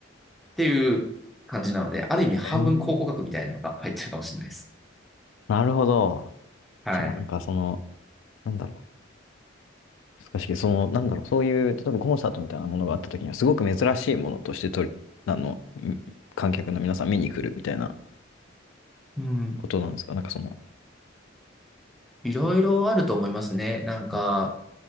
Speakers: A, in the centre; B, on the left.
A: っていう感じなので、ある意味半分考古学みたいなのが入ってるかもしれないです。
B: えー、なるほど。
A: はい。
B: じゃあ、なんかその、なんだろう。難しいけど、その、なんだろう。そういう、例えばコンサートみたいなものがあった時には、すごく珍しいものとしてとり、あの、ん観客の皆さん見に来るみたいな
A: うん。
B: ことなんですかなんかその。
A: いろいろあると思いますね。なんか、
B: うん。